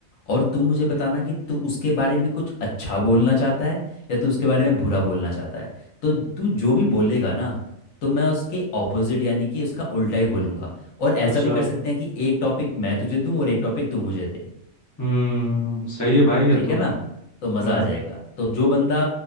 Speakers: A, on the left; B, on the left.
A: और तू मुझे बताना कि तू उसके बारे में कुछ अच्छा बोलना चाहता है या तू उसके बारे में बुरा बोलना चाहता है तो तू जो भी बोलेगा ना तो मैं उसके ऑपोजिट यानी कि उसका उल्टा ही बोलूंगा और ऐसा
B: अच्छा
A: भी कर सकते हैं कि एक टॉपिक मैं तुझे दूं और एक टॉपिक तू मुझे दे
B: हम्म सही है भाई ये
A: ठीक
B: तो
A: है ना तो मज़ा
B: हम्म
A: आ जाएगा तो जो बंदा